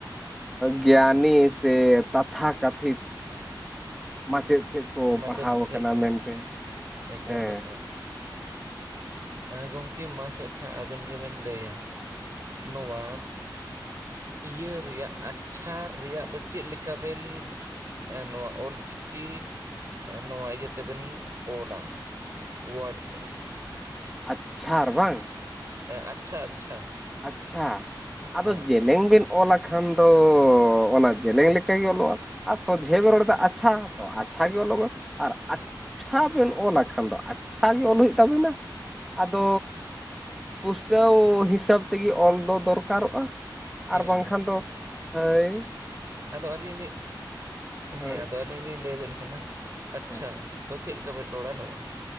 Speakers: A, in the centre; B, on the right.
A: ᱜᱮᱭᱟᱱᱤ ᱥᱮ ᱛᱟᱛᱷᱟ ᱠᱟᱛᱷᱤᱛ ᱢᱟᱪᱮᱫ ᱴᱷᱮᱡ ᱠᱚ
B: ᱢᱟᱪᱮᱫ
A: ᱯᱟᱲᱦᱟᱣ ᱟᱠᱟᱱᱟ
B: ᱴᱷᱮᱡ ᱠᱚ
A: ᱢᱮᱱᱛᱮ
B: ᱮᱠᱟᱞ
A: ᱦᱮᱸ
B: ᱮᱠᱟᱞ ᱮ ᱜᱚᱢᱠᱮ ᱢᱟᱥᱮ ᱟᱪᱪᱷᱟ ᱟᱵᱮᱱ ᱜᱮᱵᱮᱱ ᱞᱟᱹᱭᱟ ᱱᱚᱣᱟ ᱤᱭᱟᱹ ᱨᱮᱭᱟᱜ ᱟᱪᱪᱷᱟ ᱨᱮᱭᱟᱜ ᱫᱚ ᱪᱮᱫ ᱞᱮᱠᱟ ᱵᱮᱱ ᱱᱚᱣᱟ ᱚᱞ ᱪᱤᱠᱤ ᱱᱚᱣᱟ ᱤᱭᱟᱹ ᱛᱮᱵᱮᱱ ᱚᱞᱟ ᱚᱶᱟᱰ ᱛᱮ
A: ᱟᱪᱪᱷᱟᱨ ᱵᱟᱝ
B: ᱮᱸ ᱟᱪᱪᱷᱟ ᱟᱪᱪᱷᱟ
A: ᱟᱪᱪᱷᱟ ᱟᱫᱚ
B: ᱦᱮᱸ
A: ᱡᱮ ᱡᱮᱞᱮᱝ ᱵᱮᱱ ᱚᱞᱟᱠᱷᱟᱱ ᱫᱚ ᱚᱱᱟ ᱡᱮᱞᱮᱧ ᱞᱮᱠᱟᱜᱮ ᱚᱞᱚᱜᱼᱟ ᱟᱨ ᱥᱚᱡᱷᱮ ᱵᱮ ᱨᱚᱲ ᱫᱟ ᱟᱪᱪᱷᱟ ᱛᱚ ᱟᱪᱪᱷᱟ ᱜᱮ ᱚᱞᱚᱜᱚᱜ ᱟᱨ ᱪᱷᱟ ᱵᱮᱱ ᱚᱞᱟᱜ ᱠᱷᱟᱱ ᱫᱚ ᱟᱪᱪᱷᱟ ᱜᱮ ᱚᱞ ᱦᱩᱭᱩᱜ ᱛᱟᱵᱮᱱᱟ ᱟᱫᱚ ᱯᱩᱥᱴᱟᱹᱣ ᱦᱤᱥᱟᱹᱵ ᱛᱮᱜᱮ ᱚᱞ ᱫᱚ ᱫᱚᱨᱠᱟᱨᱚᱜᱼᱟ
B: ᱦᱮᱸ
A: ᱟᱨ ᱵᱟᱝᱠᱷᱟᱱ ᱫᱚ ᱦᱟᱹᱭ
B: ᱟᱫᱚ ᱟᱹᱞᱤᱧ ᱞᱤᱜ ᱦᱮᱸ
A: ᱦᱳᱭ
B: ᱟᱫᱚ ᱟᱹᱞᱤᱧ ᱞᱤᱧ ᱞᱟᱹᱭ ᱟᱵᱮᱱ ᱠᱟᱱᱟ ᱟᱪᱪᱷᱟ
A: ᱦᱮᱸ
B: ᱛᱚ ᱪᱮᱫ ᱞᱮᱠᱟᱵᱮᱱ ᱨᱚᱲᱟ ᱱᱚᱣᱟ